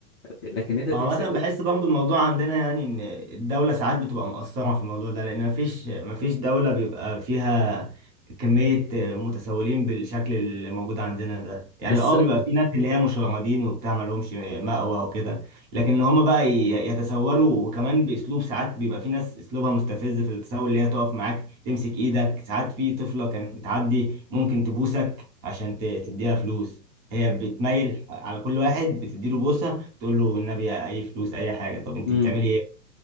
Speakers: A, on the left; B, on the right.
A: لكن انت تمسكه
B: عامة بحس برضو الموضوع عندنا يعني إن الدولة ساعات بتبقى مقصرة في الموضوع ده لأن مفيش مفيش دولة بيبقى فيها كمية متسولين بالشكل اللي موجود عندنا ده يعني
A: بس
B: اه بيبقى في ناس اللي هي مشردين وبتاع مالهمش مأوى وكده لكن هما بقى ي- يتسولوا وكمان بأسلوب ساعات بيبقى في ناس أسلوبها مستفز في التسول اللي هي تقف معاك تمسك إيدك ساعات في طفلة كانت بتعدي ممكن تبوسك عشان ت- تديها فلوس هي بتميل على كل واحد بتديله بوسة تقول له النبي اي فلوس اي حاجه طب انت
A: امم
B: بتعملي ايه